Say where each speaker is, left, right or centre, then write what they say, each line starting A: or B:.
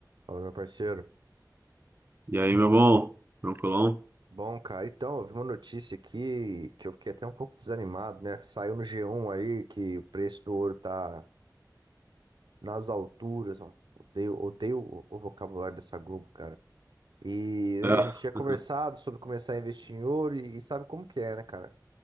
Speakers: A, on the right; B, on the right.
A: Fala, meu parceiro.
B: E aí, meu bom? Tranquilão?
A: Bom, cara, então, eu vi uma notícia aqui que eu fiquei até um pouco desanimado, né? Saiu no G1 aí que o preço do ouro tá nas alturas, ó. Odeio, odeio o o vocabulário dessa Globo, cara. E, né,
B: É.
A: a gente tinha conversado
B: <laughs>
A: sobre começar a investir em ouro e, e sabe como que é, né, cara?